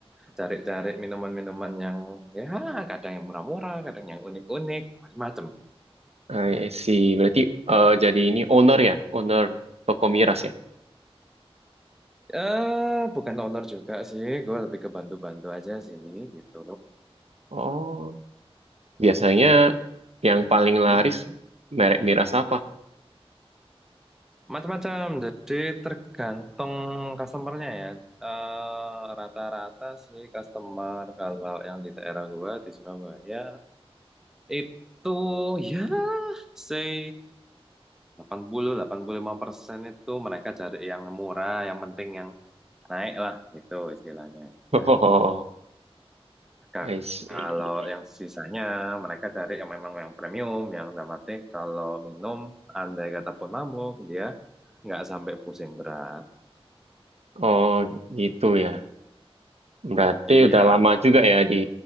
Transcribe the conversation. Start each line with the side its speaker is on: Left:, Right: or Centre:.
Centre: Cari-cari minuman-minuman yang ya kadang yang murah-murah, kadang yang unik-unik, macam-macam.
Right: I see. Berarti eh, jadi ini owner ya, owner toko miras ya?
Centre: Eh, bukan owner juga sih, gua lebih ke bantu-bantu aja sih gitu.
Right: Oh, biasanya yang paling
Centre: Mhm.
Right: laris merek miras apa?
Centre: Macam-macam, jadi tergantung customernya ya. Eh, Rata-rata sih customer kalau yang di daerah gua di Surabaya itu ya say 80 85% itu mereka cari yang murah, yang penting yang naik lah gitu istilahnya.
Right: <laughs>
Centre: Ya.
Right: Oh,
Centre: Ka-
Right: I see.
Centre: Kalau yang sisanya mereka cari yang memang yang premium, yang dalam arti kalau minum andai kata pun mabuk dia nggak sampai pusing berat.
Right: Oh, gitu ya. Berarti
Centre: Iya,
Right: udah lama juga ya di